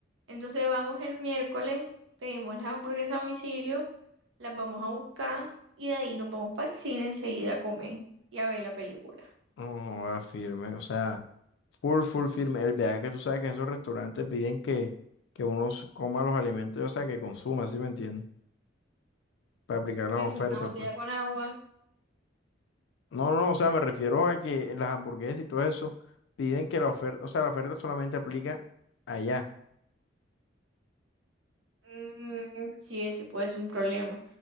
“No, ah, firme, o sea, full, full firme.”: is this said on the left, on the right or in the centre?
Left